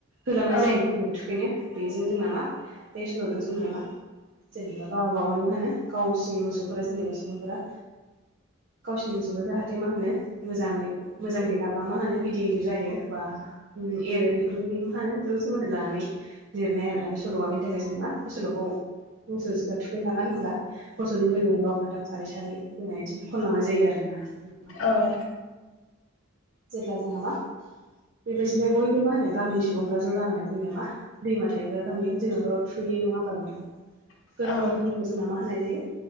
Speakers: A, on the right; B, on the left.
A: होलांनाय
B: औ
A: जायो दैआव थुखैनो बेजों जोंना मा बे सोल'जों जोंनिया मा जेनेबा गाव गागाव मा होनो गावसिनि मोसौफोरा जेनेबा सुबुंफोरा गावसिनि मोसौफ्रा जाहाथे मा होनो मोजाङै मोजां देहाबा मा होनो गिदिर गिदिर जायो बा एरो बेफोरनि मा होनो बेफोरखौ सोमोन्दो लानानै लिरनाय आरोना बे सल'आ बेनि थाखाय जों मा बे सल'खौ मोसौ जेब्ला थुखैनांगोन होनोमब्ला मोसौनि मोदोमाव लाव फान्थाव सारै सारै जोङा बिदि खनलांनाय जायो आरोना। मा होनो
B: औ।
A: जेब्ला जोंहा मा बेबायदिनो बयबो मा होनो गामिनि सुबुंफ्रा ज' जानानै जोंनिया मा दैमा थायोबा गामियाव दैमाफोराव थुखैयो नङा होमबा नोंथां?
B: औ
A: थुखैखांनायनि
B: औ
A: उनाव जोंना मा होनाय जायो